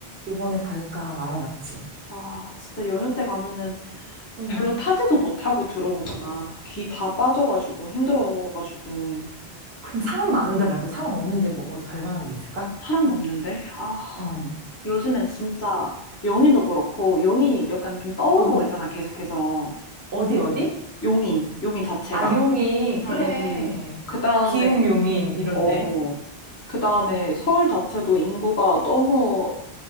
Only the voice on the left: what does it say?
아, 진짜 연휴 때 가면은
별로 타지도 못하고 들어오잖아. 귀 다 빠져가지고 힘들어가지고
사람 없는데. 아,
요즘에 진짜 용인도 그렇고 용이 약간 좀 떠오르고
있잖아. 계속해서
용인, 용인 자체가.
응응응. 그 다음에
어, 그 다음에 서울 자체도 인구가 너무